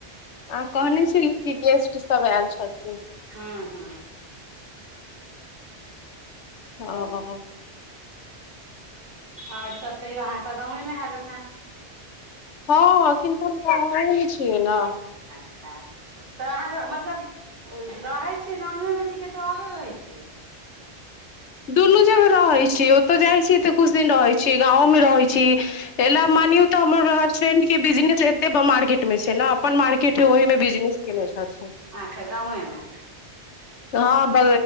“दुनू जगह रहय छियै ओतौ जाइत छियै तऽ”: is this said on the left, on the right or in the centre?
Left